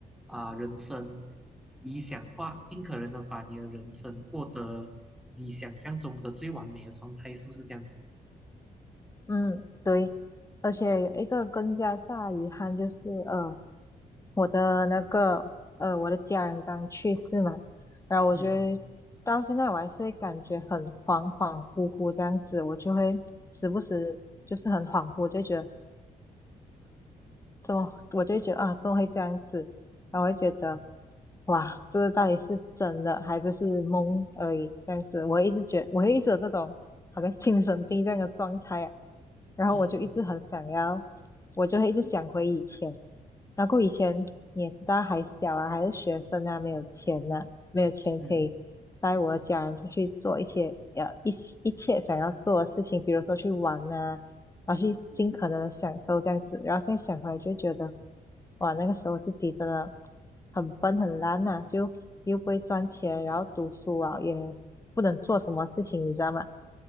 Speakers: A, in the centre; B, on the left.
A: 啊、人生理想化，尽可能的把你的人生过得你想象中的最完美的状态，是不是这样子？
B: 嗯，对。而且有一个更加大遗憾就是，呃，我的那个，呃，我的家人刚去世嘛，然后我觉得到现在我还是会感觉很恍恍惚惚这样子，
A: 嗯嗯。
B: 我就会时不时就是很恍惚，就觉得怎么我就会觉得啊，怎么会这样子？然后我会觉得，
A: 嗯
B: 哇，这个到底是真的还是是梦而已？这样子，我会一直觉我会一直有这种好像精神病这样的状态啊。然后我就一直很想要，
A: 嗯
B: 我就会一直想回以前。然后以前你也知道还小啊，还是学生啊，没有钱啊，没有钱可以带我的家人出去做一些呃一一切想要做的事情，
A: 嗯嗯，
B: 比如说去玩啊，然后去尽可能的享受这样子。然后现在想回来就会觉得，哇，那个时候自己真的很笨很烂呐、就又不会赚钱，然后读书啊也不能做什么事情，你知道吗？